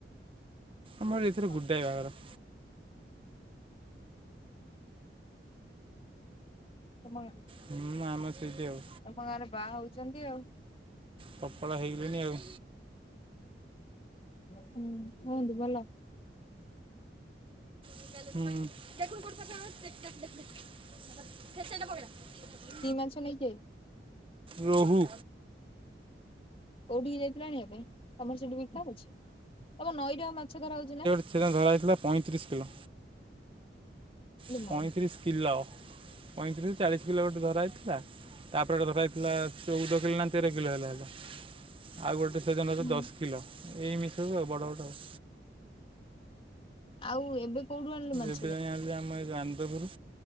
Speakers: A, on the right; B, on the left.
A: ଆମର ଏଥିରେ
B: ହଁ
A: ଗୁଡ଼ା ବାଘର
B: ତମରେ
A: ହୁଁ ଆମ ସେଇଠି ଆଉ
B: ତମ ଗାଁରେ ବାହା ହଉଛନ୍ତି ଆଉ
A: କଫଳ ହେଇଗଲେଣିି ଆଉ
B: ହୁଁ ହୁଅନ୍ତୁ ଭଲ
A: ହୁ <unintelligible>
B: ତୀ ମାଛ ନେଇଥିବେ
A: ରହୁ
B: କୋଉଠିକି ଯାଇଥିଲା ଆଣିବା ପାଇଁ ତମର ସେଠି ବିକା ହଉଛି ତମ ନଈରେ ଆଉ ମାଛ ଧରା ହଉଛି ନା
A: ସେଟା ଧରା ହୋଇଥିଲା ପଇଁତିରିଶ କିଲୋ
B: ଲୋ
A: ପଇଁତିରିଶ
B: ମା
A: କିଲୋ ପଇଁତିରିଶ ଚାଳିଶ କିଲୋ ଗୋଟେ ଧରହଇଥିଲା ତାପରେ ଗୋଟେ ଧରାହୋଇଥିଲା ଚଉଦ କିଲୋ ନା ତେର କିଲୋ ହେଲେ ହେଲେ ଆଉ ଗୋଟେ ସେଜନଛି
B: ହୁଁ
A: ଦଶ କିଲୋ ଏଇମିତି ସବୁ ଆଉ ବଡ଼ ବଡ଼ ଆଉ
B: ଆଉ ଏବେ କୋଉଠୁ ଆଣିଲୁ ମାଛ
A: ଏବେ ଯାଇ ଆଣିଲ ଆମ ଏଇ ଆନନ୍ଦ ପୁର